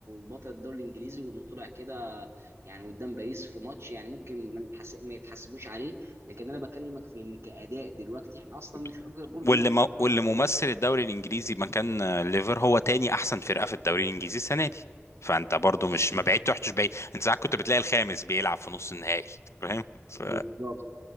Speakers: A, on the right (about 70°); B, on the left (about 75°).
A: بطل الدوري الانجليزي وانه طلع كده يعني قدام باريس في ماتش يعني ممكن ما نتحس... ما يتحسبوش عليه لكن انا بكلمك في ان كاداء دلوقتي احنا اصلا
B: بالظبط
A: بنشوف ليفربول بيخسر
B: واللي م...
A: الفتره
B: واللي ممثل الدوري الانجليزي مكان آه، ليفر هو تاني احسن فرقة في الدوري الانجليزي السنة دي فانت برضو
A: بالظبط
B: مش ما بعيد تحتش بعيد انت ساعات كنت بتلاقي الخامس بيلعب في نص النهائي فاهم ف...
A: بالظبط